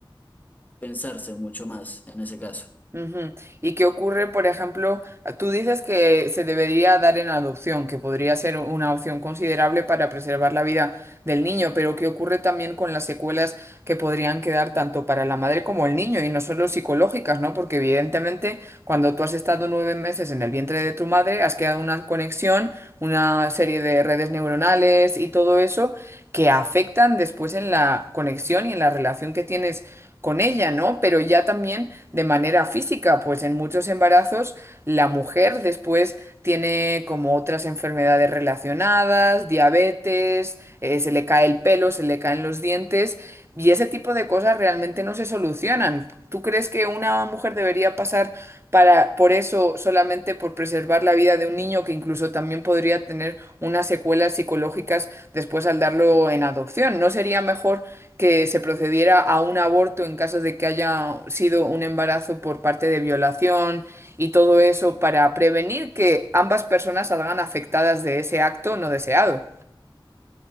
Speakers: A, on the left; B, on the right.
A: pensarse mucho más en ese caso.
B: Ujú. ¿Y qué ocurre, por ejemplo, Ah, tú dices que se debería dar en adopción, que podría ser una opción considerable para preservar la vida del niño, pero ¿qué ocurre también con las secuelas que podrían quedar tanto para la madre como el niño, y no solo psicológicas, ¿no? Porque evidentemente cuando tú has estado nueve meses en el vientre de tu madre, has quedado una conexión, una serie de redes neuronales y todo eso que afectan después en la conexión y en la relación que tienes con ella, ¿no? Pero ya también de manera física, pues en muchos embarazos la mujer después tiene como otras enfermedades relacionadas, diabetes, eh, se le cae el pelo, se le caen los dientes y ese tipo de cosas realmente no se solucionan. ¿Tú crees que una mujer debería pasar para por eso solamente por preservar la vida de un niño que incluso también podría tener unas secuelas psicológicas después al darlo en adopción? ¿No sería mejor que se procediera a un aborto en caso de que haya sido un embarazo por parte de violación y todo eso para prevenir que ambas personas salgan afectadas de ese acto no deseado.